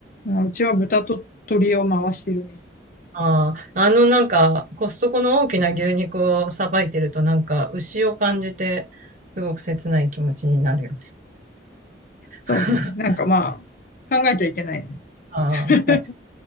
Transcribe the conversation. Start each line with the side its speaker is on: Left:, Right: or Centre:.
Left: うちは豚と鶏を回してるね。
Right: ああ、あのなんか、コストコの大きな牛肉をさばいてると、なんか、牛を感じて、すごく切ない気持ちになるよね。
Left: そうね。
Right: <laughs>
Left: なんかまあ、考えちゃいけないね。
Right: ああ、
Left: <laughs>
Right: 確